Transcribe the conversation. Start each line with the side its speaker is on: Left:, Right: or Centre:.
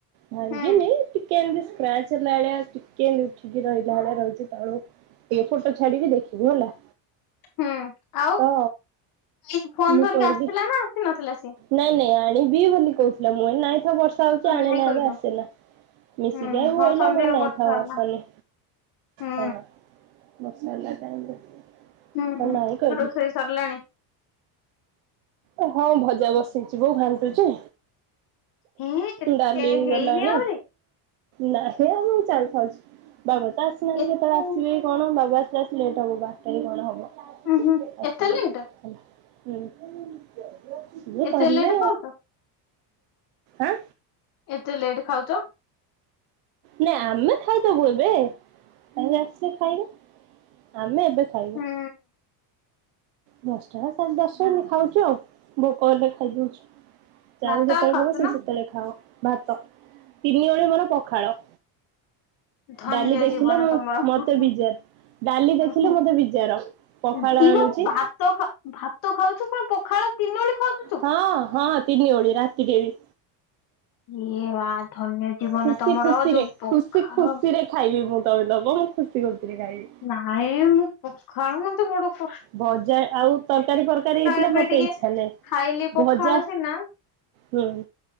Right: ଭାଙ୍ଗିନି
Left: ହୁଁ
Right: ଟିକେ ଏମତି ସ୍କ୍ରାଚ ହେଲା ଭଳିଆ ଟିକେ ଏମତି ଉଠିକି ରହିଲା ଭଳିଆ ରହିଛି ତଳକୁ। ଏପଟ ଛାଡିବି ଦେଖିବୁ ହେଲା।
Left: ହଁ ଆଉ
Right: ତ
Left: ଇଏ ଫୋନ
Right: ମୁଁ
Left: ଧରିକି
Right: କହିଲି
Left: ଆସିଥିଲା ନା ଆସି ନଥିଲା ସିଏ?
Right: ନାଇଁ ନାଇଁ ଆଣିବି ବୋଲି କହୁଥିଲା ମୁଁ କହିଲି ନାଇଁ ଥାଉ ବର୍ଷା ଥାଉ
Left: ତୁ
Right: ସେ ଆଣେନା
Left: ନାଇଁ କହିଲୁ
Right: ଏବେ ଆସିଲା ମିଶିକି
Left: ହୁଁ ହଁ
Right: <inaudible>
Left: ସନ୍ଧ୍ୟାରେ
Right: ନାଇଁ
Left: ବର୍ଷା
Right: ଥାଉ
Left: ହେଲା
Right: ଆସନି।
Left: ହୁଁ
Right: ହଁ ବର୍ଷା ହେଲା ଟାଇମ ରେ
Left: ହୁଁ ହୁଁ
Right: ନାଁଇ କହିଲି।
Left: ରୋଷେଇ ସରିଲାଣି
Right: ଓ ହଁ ଭଜା ବସେଇଛି ବୋଉ ଘାଣ୍ଟୁଛି।
Left: ହେ
Right: ଡାଲି
Left: ଏ
Right: ହେଇ
Left: ହେଇନି
Right: ଗଲାଣି
Left: ଆହୁରି
Right: ନାହିଁ ଆମେ <inaudible> ବାବା ତ ଆସିନାହାନ୍ତି
Left: ଏତେ
Right: କେତେବେଳେ
Left: ଉଁ
Right: ଆସିବେ କି କଣ ବାବା ଆସୁ ଆସୁ ଲେଟ୍ ହବ ବାରଟା କି କଣ ହବ।
Left: ମ ହଁ
Right: ଆସିବେ
Left: ଏତେ ଲେଟ।
Right: ହେଲା ହଁ ସିଏ
Left: ଏତେ
Right: କରିବେ
Left: ଲେଟ୍ ଖାଉଛ
Right: ଆଁ।
Left: ଏତେ ଲେଟ୍ ଖାଉଛ?
Right: ନାଇଁ ଆମେ ଖାଇଦବୁ ଏବେ ସେ ଆସିଲେ ଖାଇବେ ଆମେ ଏବେ ଖାଇବା।
Left: ହୁଁ
Right: ଦଶଟା ସାଢ୍ ଦଶଟା ଏନ୍ତି ଖାଉଛୁ ଆଉ ଭୋକ ହେଲେ ଖାଇଦଉଛୁ। ଯାହାକୁ
Left: ଭାତ
Right: ଯେତେବେଳେ
Left: ଏକା ଖାଉଛ
Right: ଭୋକ ସେ
Left: ନା
Right: ସେତେବେଳେ ଖାଅ ଭାତ ତିନି ଓଳି ମୋର ପଖାଳ।
Left: ଧନ୍ୟ
Right: ଡାଲି ଦେଖିଲେ
Left: ଜୀବନ
Right: ମୁଁ
Left: ତମର
Right: ମତେ
Left: ହୁଁ ହୁଁ
Right: ବିଜାର। ଡାଲି ଦେଖିଲେ
Left: ହୁଁ
Right: ମତେ ବିଜାର ପଖାଳ
Left: ହୁଁ ଏଇ
Right: ଆଣୁଛି
Left: ବା ଭାତ ଖା ଭାତ ଖାଉଛୁ ପୁଣି ପଖାଳ ତିନି ଉଳି ଖାଉଚୁ ତୁ।
Right: ହଁ, ହଁ, ତିନି ଓଳି ରାତିରେ ବି।
Left: ଏ ବା ଧନ୍ୟ ଜୀବନ
Right: ଖୁସି
Left: ତମର
Right: ଖୁସିରେ
Left: ଯୋଉ ପଖାଳ।
Right: ଖୁସି ଖୁସିରେ ଖାଇବି ମୁଁ ତ ଦବ ମୁଁ ଖୁସି ଖୁସିରେ ଖାଇବି।
Left: ନାଇଁ ମୁଁ ପଖାଳ ମତେ ବଡ କ
Right: ଭଜା ଆଉ ତରକାରୀ ଫରକାରୀ ହେଇଥିଲେ
Left: ଏବେ
Right: ମତେ
Left: ଟିକେ
Right: ଇଚ୍ଛା ହେଲେ
Left: ଖାଇଲି ପଖାଳ
Right: ଭଜା।
Left: ସିନା
Right: ହୁଁ,